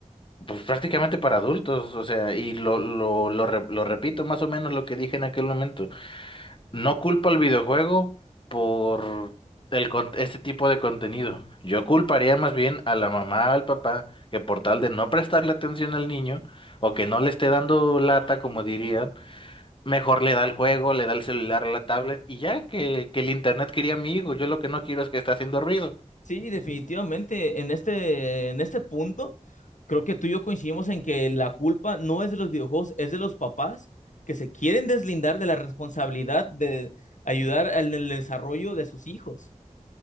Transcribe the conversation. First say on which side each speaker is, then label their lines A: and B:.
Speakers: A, on the left; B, on the left.
A: pues, prácticamente para adultos, o sea, y lo, lo, lo, re- lo repito más o menos lo que dije en aquel momento. No culpo al videojuego por el, con- este tipo de contenido. Yo culparía más bien a la mamá, al papá, que por tal de no prestarle atención al niño, o que no le esté dando lata, como dirían, mejor le da el juego, le da el celular, la tablet, y ya que, que el internet quería mi hijo. Yo lo que no quiero es que esté haciendo ruido.
B: Sí, definitivamente. En este, en este punto, creo que tú y yo coincidimos en que la culpa no es de los videojuegos, es de los papás que se quieren deslindar de la responsabilidad de ayudar en el desarrollo de sus hijos.